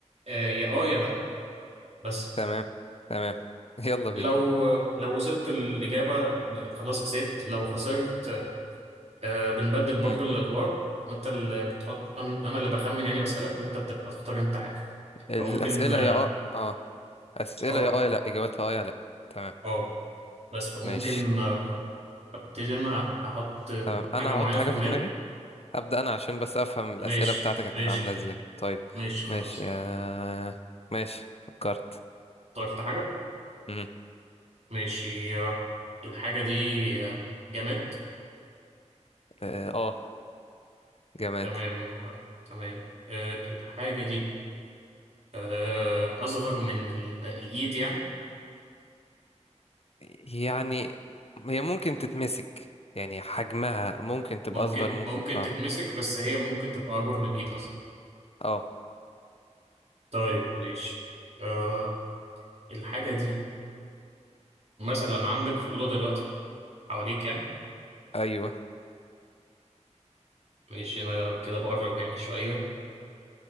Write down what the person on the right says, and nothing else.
آه، يا اه يا لا بس
لو لو وصلت الإجابة ب- خلاص كسبت لو خسرت آه، بنبدل برضو
الأدوار وأنت اللي بتحط أنا أنا اللي بخمن يعني بسألك وأنت بتبقى تختار أنت حاجة
فممكن آه
آه
آه، بس فممكن
آه، أبتدي أنا هحط آه،
حاجة معينة
في دماغي
ماشي
ماشي
ماشي خلاص
اخترت حاجة
ماشي آه، الحاجة دي آه، جماد
تمام آه، تمام آه، الحاجة دي آه، أصغر من ال- الإيد يعني
ممكن
ممكن
تتمسك بس هي ممكن تبقى أكبر من الإيد أصلا
طيب ماشي أه الحاجة دي مثلا عندك في الأوضة دلوقتي حواليك يعني
ماشي أنا كده بقرب يعني شوية